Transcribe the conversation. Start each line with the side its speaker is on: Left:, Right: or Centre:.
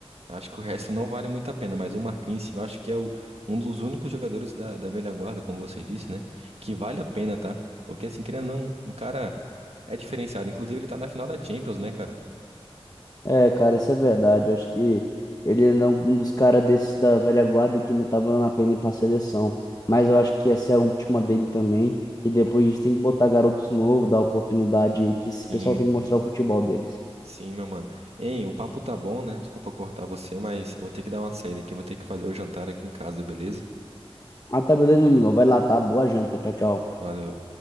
Right: acho que o resto não vale muito a pena, mas o Marquinhos, sim, eu acho que é o, um dos únicos jogadores da, da velha guarda, como você disse, né, que vale a pena, tá? Porque assim, querendo ou não, o cara É diferenciado. Inclusive, ele tá na final da Champions, né, cara?
Left: É, cara, isso é verdade. Eu acho que ele é não- um dos caras desses da velha guarda que ainda tá valendo a pena ir pra seleção. Mas eu acho que essa é a última dele também. E depois disso tem que botar garotos novos, dar oportunidade, que esse pessoal
Right: Sim,
Left: tem que mostrar o futebol deles.
Right: sim, meu mano. Hein, o papo tá bom, né? Desculpa cortar você, mas eu vou ter que dar uma saída aqui. eu Vou ter que fazer o jantar aqui em casa, beleza?
Left: Ah, tá, beleza, meu amigo. Vai lá, tá? Boa janta. Tchau, tchau.
Right: Valeu.